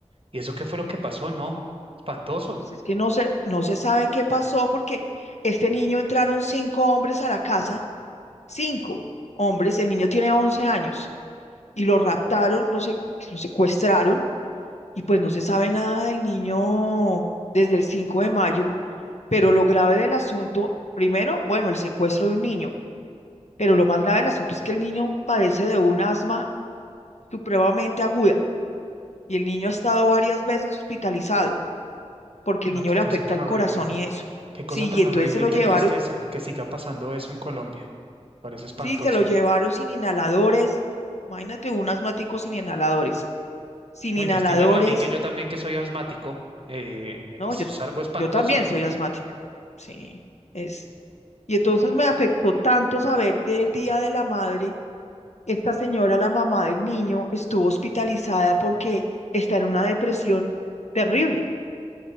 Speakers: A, on the right; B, on the left.
A: ¿y eso qué fue lo que pasó? No, espantoso.
B: pues es que no se, no se sabe qué pasó porque este niño entraron cinco hombres a la casa, cinco hombres, el niño tiene 11 años y lo raptaron, lo, sec- lo secuestraron y pues no se sabe nada del niño desde el 5 de mayo, pero lo grave del asunto, primero, bueno, el secuestro de un niño, pero lo más grave del asunto es que el niño padece de un asma supremamente aguda y el niño ha estado varias veces hospitalizado porque
A: No,
B: el niño
A: qué
B: le
A: cosa
B: afecta
A: tan
B: el
A: horrible.
B: corazón y eso.
A: Qué cosa
B: Sí,
A: tan
B: y entonces
A: horrible
B: se lo
A: y qué
B: llevaron,
A: tristeza que siga pasando eso en Colombia. Me parece espantoso.
B: sí, se lo llevaron sin inhaladores, imagínate un asmático sin inhaladores, sin
A: No,
B: inhaladores,
A: y pues dímelo a mí que yo también que soy asmático, eh,
B: No,
A: eso
B: yo,
A: es algo espantoso,
B: yo también
A: entonces.
B: soy asmática. Sí, es. Y entonces me afectó tanto saber que el día de la madre, esta señora, la mamá del niño, estuvo hospitalizada porque está en una depresión terrible.